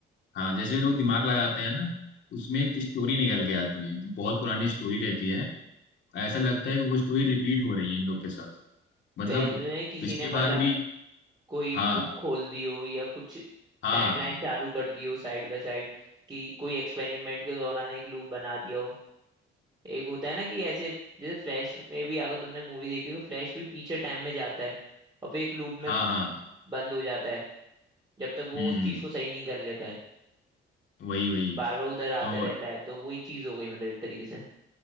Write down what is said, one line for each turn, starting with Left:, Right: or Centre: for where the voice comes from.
Left: हाँ जैसे लोग दिमाग लगाते हैं ना तो उसमें एक स्टोरी निकल के आती है जो बहुत पुरानी स्टोरी रहती है ऐसा लगता है कि वो स्टोरी रिपीट हो रही है इन लोग के साथ मतलब
Right: तो ऐसे तो नहीं किसी
Left: पिछली
Right: ने मतलब
Left: बार भी
Right: कोई
Left: हाँ
Right: बुक खोल दियो या कुछ
Left: हाँ
Right: टाइमलाइन
Left: हाँ
Right: चालू कर दियो साइड बाय साइड कि कोई एक्सपेरिमेंट के दौरान एक लूप बना दिया हो एक होता है ना कि ऐसे जैसे फ्लैश में भी अगर तुमने मूवी देखी हो फ्लैश भी पीछे टाइम में जाता है और फिर एक लूप में
Left: हाँ हाँ
Right: बंद हो जाता है जब तक वो
Left: हम्म
Right: उस चीज को सही नहीं कर लेता है
Left: वही वही
Right: बार बार उधर आता
Left: तो
Right: रहता है तो वही चीज हो गई मतलब एक तरीके से